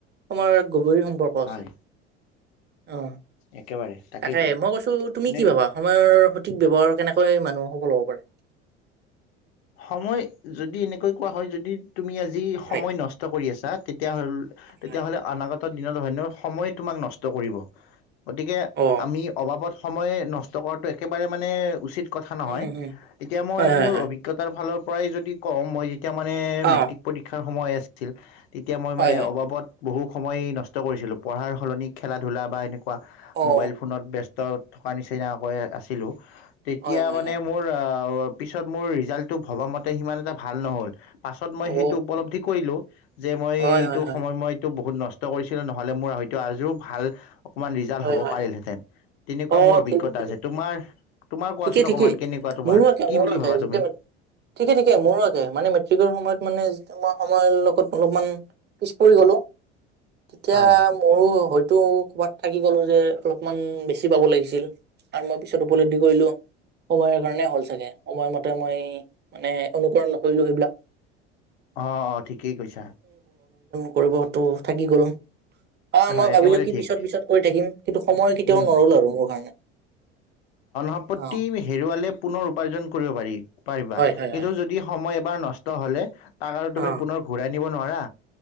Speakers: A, on the right; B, on the left.
A: সময়ৰ গভীৰ সম্পৰ্ক
B: হয়
A: আছে। অ
B: একেবাৰে তাকেইতো
A: তাকে মই কৈছো তুমি
B: মানে
A: কি ভাবা সময়ৰ সঠিক ব্যবৱাৰ কেনেকৈ মানুহ'ব। ফল হব পাৰে?
B: সময়, যদি এনেকৈ কোৱা হয় যদি। তুমি আজি
A: হয়
B: সময় নষ্ট কৰি আছা তেতিয়া হল তেতিয়াহ'লে
A: হয়
B: অনাগত দিনত হয় ন সময় তোমাক নষ্ট কৰিব। গতিকে
A: অ
B: আমি অবাবত সময় নষ্ট কৰাটো একেবাৰে মানে উচিত কথা নহয়
A: উম হম
B: এতিয়া মই
A: হয় হয়
B: মোৰ
A: হয়
B: অভি। তাৰ ফালৰ পৰাই যদি কওঁ মই। তেতিয়া মানে
A: অ
B: মেট্ৰিক পৰীক্ষা সময় আছিল তেতিয়া মই
A: হয়
B: মানে
A: হয়
B: অবাবত বহু সময় নষ্ট কৰিছিলো পঢ়াৰ সলনি খেলা ধূলা বা এনেকুৱা
A: অ
B: মোবাইল ফোনত ব্যস্ত। ত থকা নিচিনাকৈ আছিলোঁ। তেতিয়া
A: হয় হয়
B: মানে
A: হয়
B: মোৰ আ। পিছত মোৰ ৰিজাল্টটো ভবা মতে সিমান এটা ভাল নহল। পাছত মই
A: অ
B: সেইটো উপলব্ধি কৰিলো যে মই
A: হয়
B: এইটো
A: হয় হয়
B: সময় মই এইটো বহুত নষ্ট কৰিছিলো নহলে মোৰ হযতো আজো ভাল। অকমান ৰিজাল্ট
A: হয়
B: হ'ব
A: হয়
B: পাৰিলহেতেন
A: হয়
B: তেনেকুৱা
A: অ
B: মোৰ অভিজ্ঞতা
A: ঠিক ঠিক
B: আছে তোমাৰ তোমাৰ কোৱাচোন
A: ঠিকেই
B: অকমান
A: ঠিকেই
B: কেনেকুৱা তোমাৰ
A: মোৰো একে
B: কি
A: মোৰো
B: বুলি
A: একে
B: ভাবা
A: যেতিয়া
B: তুমি
A: ঠিকে ঠিকে মোৰো আকে মানে মেট্ৰিকৰ, সময়ত মানে মই সময় লগত অলপমান পিছ পৰি গলো। তেতিয়া
B: হয়
A: মোৰো হয়তো কৰ'বাত থাকি গলো যে অলপমান বেছি পাব লাগিছিল আৰু মই পিছত উপলব্ধি কৰিলো। সময়ৰ কাৰণে হ'ল চাগে সময়মতে মই মানে অনুকৰণ নকৰিলো সেইবিলাক
B: অ অ ঠিকেই কৈছা
A: কৰিবতটো থাকি গ'লো আহ মমই
B: হয়
A: ভাবিলো
B: একেবাৰে
A: কি
B: ঠিক
A: পিছত পিছত কৰি থাকিম কিন্তু সময় কেতিয়াও
B: উম
A: নৰল আৰু মোৰ কাৰণে
B: সমাপত্তি
A: অ
B: হেৰুৱালে পুনৰ উপাৰ্জন কৰিব পাৰি। পাৰিবা
A: হয়
B: কিন্তু
A: হয় হয়
B: যদি সময় এবাৰ নষ্ট হ'লে তাক আৰু তুমি
A: অ
B: পুনৰ ঘূৰাই নিব নোৱাৰা।